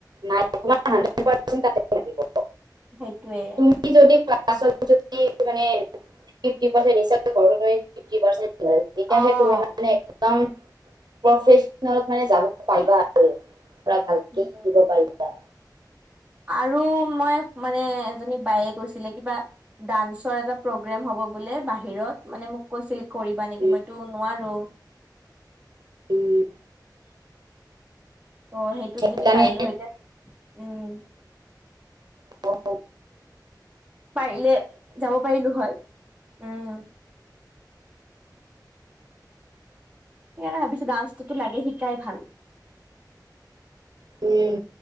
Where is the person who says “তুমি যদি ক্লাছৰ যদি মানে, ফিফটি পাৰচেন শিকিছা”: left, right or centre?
Right